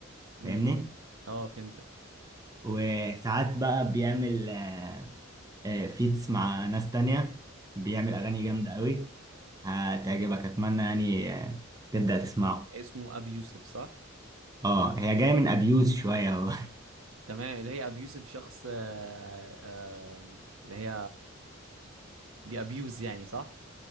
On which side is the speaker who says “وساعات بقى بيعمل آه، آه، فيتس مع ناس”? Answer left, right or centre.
Right